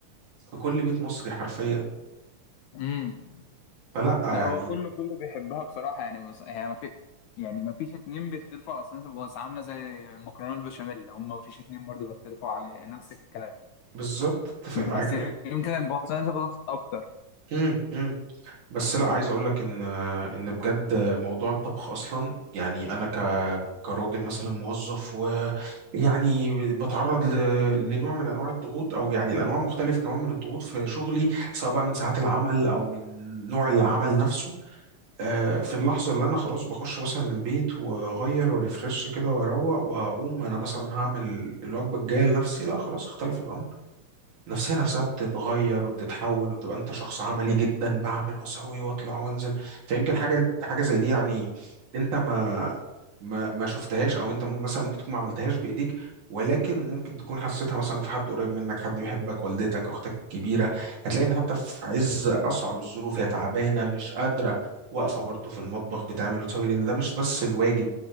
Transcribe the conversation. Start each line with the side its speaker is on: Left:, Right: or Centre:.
Right: في كل بيت مصري حرفيا
Left: امم
Right: فلا يعني
Left: لا هو كله كله بيحبها بصراحة يعني بس هي ما في يعني ما فيش اتنين بيختلفوا على صينية البطاطس عاملة زي المكرونة البشاميل هم ما فيش اتنين برضه بيختلفوا على يعني نفس الكلام
Right: بالظبط اتفق معاك
Left: بس يعني يمكن البط- صينية البطاطس أكتر
Right: امم إمم. بس لا عايز اقول لك ان ان بجد موضوع الطبخ اصلا يعني انا ك كراجل مثلا موظف ويعني بتعرض ل... لنوع من انواع الضغوط او يعني الانواع مختلفه كمان من الضغوط في شغلي سواء بقى من ساعات العمل او من نوع العمل نفسه آه، في اللحظه اللي انا خلاص بخش مثلا البيت واغير وريفرش كده واروق واقوم انا مثلا هعمل الوجبه الجايه لنفسي لا خلاص اختلف الامر النفسية نفسها بتتغير وبتتحول وبتبقى انت شخص عملي جدا بعمل واسوي واطلع وانزل فيمكن حاجة حاجة زي دي يعني انت ما ما ما شفتهاش او انت مم- مثلا ممكن تكون ما عملتهاش بايديك ولكن ممكن تكون حسيتها مثلا في حد قريب منك حد يحبك والدتك اختك الكبيرة هتلاقي ان حتى في عز اصعب الظروف هي تعبانة مش قادرة واقفة برضه في المطبخ بتعمل وتسوي لان ده مش بس الواجب